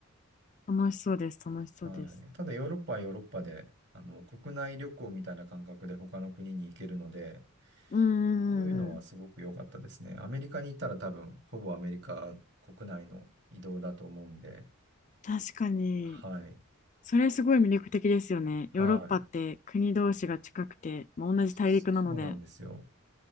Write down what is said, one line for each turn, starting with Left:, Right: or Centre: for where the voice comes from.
Left: 楽しそうです、楽しそうです。
Right: はい。ただ、ヨーロッパはヨーロッパで、あの、国内旅行みたいな感覚で他の国に行けるので、
Left: うんうんうんうん。
Right: そういうのはすごく良かったですね。アメリカにいたら多分、ほぼアメリカ国内の移動だと思うんで、
Left: 確かに、
Right: はい、
Left: それすごい魅力的ですよね。
Right: はい。
Left: ヨーロッパって国同士が近くて、まあ、同じ大陸なので。
Right: そうなんですよ。